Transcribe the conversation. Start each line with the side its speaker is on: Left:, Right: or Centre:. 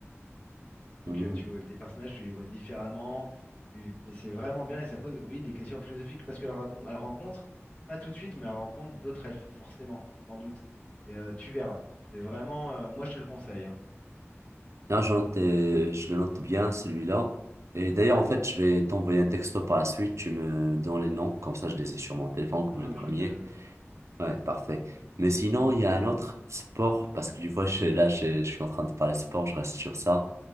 Left: donc,
Right: Hmm.
Left: euh, tu vois, les personnages, tu les vois différemment. Tu... Et c'est vraiment bien. Et ça pose, oui, des questions philosophiques. Parce qu'elle racon- elle rencontre, pas tout de suite, mais elle rencontre d'autres elfes, forcément. Tu t'en doutes. Et euh, tu verras. C'est vraiment. euh, moi, je te le conseille. Hein.
Right: Là, je note, euh, je le note bien, celui-là. Et d'ailleurs, en fait, je vais t'envoyer un texto par la suite, tu me donnes les noms, comme ça, je les ai sur mon téléphone,
Left: Ah,
Right: comme le
Left: mais
Right: premier.
Left: je vais te le donner.
Right: Ouais, parfait. Mais sinon, il y a un autre sport, parce que tu vois, je, là, je, je suis en train de parler sport, je reste sur ça.